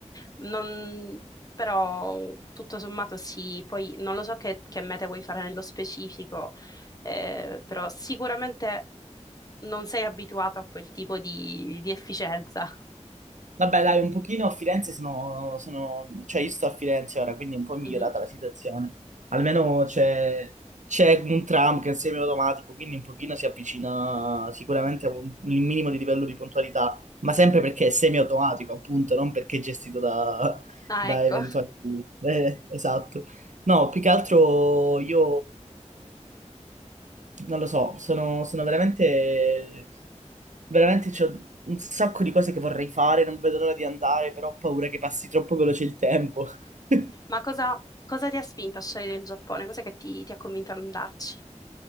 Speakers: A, on the left; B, on the right.
A: Non- però tutto sommato sì, poi non lo so che, che mete vuoi fare nello specifico, eh, però sicuramente non sei abituato a quel tipo di, di efficienza.
B: Vabbè, dai, un pochino a Firenze sono, sono- cioè io sto a Firenze ora, quindi è un po' migliorata
A: Mhm.
B: la situazione. Almeno c'è c'è un tram che è semiautomatico, quindi un pochino si avvicina sicuramente a un, il minimo di livello di puntualità, ma sempre perché è semiautomatico, appunto, non perché è gestito da,
A: Ah,
B: da
A: ecco.
B: eventuali... eh, esatto. No, più che altro io non lo so, sono, sono veramente Veramente c'ho un sacco di cose che vorrei fare, non vedo l'ora di andare, però ho paura che passi troppo veloce il tempo. <laughs>
A: Ma cosa, cosa ti ha spinto a scegliere il Giappone? Cos'è che ti, ti ha convinto ad andarci?